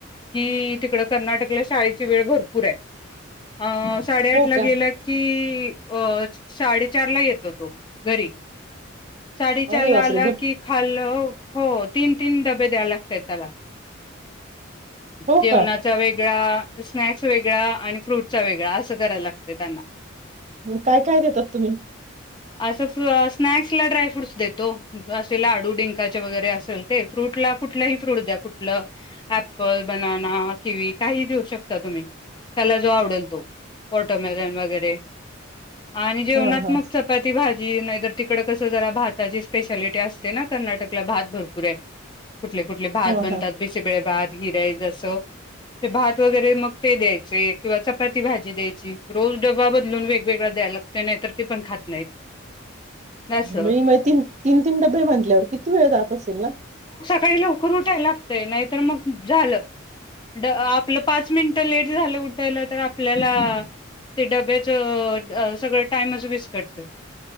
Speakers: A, on the left; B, on the right.
A: कि तिकडं कर्नाटकला शाळेची वेळ भरपूर आहे. अ साडेआठ
B: हो
A: ला
B: का
A: गेल की की अच साडेचार ला येतो तो घरी. साडे चारला
B: अरे बापरे
A: आला
B: बर
A: की खाल्ल हो तीन तीन डबे द्याव लागतात त्याला.
B: हो
A: जेवणाचा
B: का
A: वेग वेगळा स्नॅक्स वेगळा आणि फ्रूटचा वेगळा असं करायला लागते त्यांना.
B: काय काय देतात तुम्ही
A: असं स्नॅक्सला ड्रायफ्रूट्स देतो. असे लाडू डिंकाचे वगैरे असेल ते, फ्रूटला कुठही फ्रूट द्या. कुठलं ऍप्पल, बनाना, किवी काही देऊ शकता तुम्ही त्याला जो आवडल तो. <unintelligible> वगैरे आणि जेवणात
B: हा हा
A: मग चपाती भाजी नाहीतर तिकड कस जरा भाताची स्पेशालिटी असते ना कर्नाटकला भात भरपूर आहे कुठले कुठले भात
B: हा
A: बनतात
B: हा
A: बिसेबळे भात हिरा जस भात ते वगैरे मग ते द्यायचे किंवा चपाती भाजी द्यायची. रोज ड्बा बदलून वेगवेगळा द्याला लागतोय नाही तर ते पण खात नाहीत. असं
B: म-म तीन-तीन तीन डबे म्हंटल्यावर किती वेळ जात असेल ना?
A: काही लवकर उठायला लागतंय, नाहीतर मग झालं. ड आपलं पाच मिनटं लेट झालं उठायला, तर आपल्याला ते डब्याच अं सगळं टाइमच विस्कटत. ते